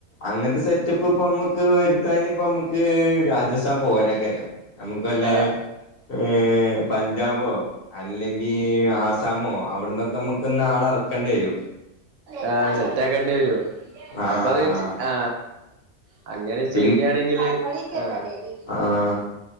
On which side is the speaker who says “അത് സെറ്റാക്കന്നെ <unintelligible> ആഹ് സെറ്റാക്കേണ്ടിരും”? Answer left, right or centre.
Right